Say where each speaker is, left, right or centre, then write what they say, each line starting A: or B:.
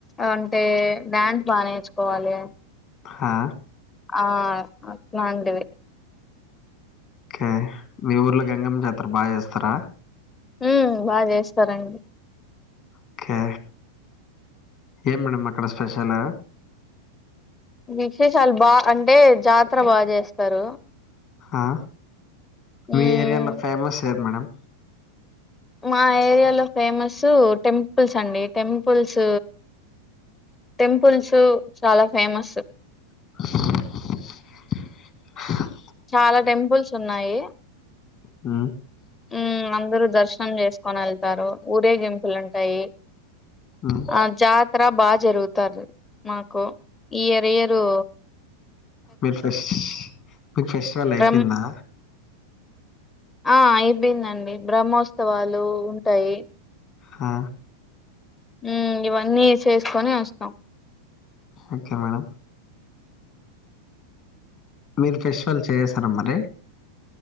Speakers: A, on the left; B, on the left.
A: అంటే డ్యాన్స్ బాగా నేర్చుకోవాలి
B: హా
A: ఆ అట్లాంటివే
B: ఓకే మీ ఊర్లో గంగమ్మ జాత్ర బాగా చేస్తారా
A: హు బాగా చేస్తారండి
B: ఓకే ఏం మేడమ్ అక్కడ స్పెషల్
A: విశేషాలు బాగా అంటే జాతర బాగా చేస్తారు
B: ఆ మీ
A: ఉమ్
B: ఏరియాలో ఫేమస్ ఏది మేడం
A: మా ఏరియాలో ఫేమస్ టెంపుల్స్ అండి టెంపుల్స్ టెంపుల్స్ చాలా ఫేమస్
B: <inaudible>
A: చాలా టెంపుల్స్ ఉన్నాయి
B: ఉ
A: ఊ అందరూ దర్శనం చేస్త కొనేళ్తారు ఊరేగింపులుంటాయి
B: ఉమ్
A: ఆ జాతర బాగ్ జరుగుతాది మాకు ఇయరియరు
B: మీకు ఫేస్ట్ మీకు ఫెస్టివల్ అయిపోయిందా
A: బ్రహ్మ ఆ అయిపోయిందండి బ్రహ్మోత్సవాలు ఉంటాయి
B: ఆ
A: ఊ ఇవన్నీ చేస్త్ చేస్కొని వస్తాం
B: ఓకే మేడం మీరు ఫెస్టివల్ చేసార మరి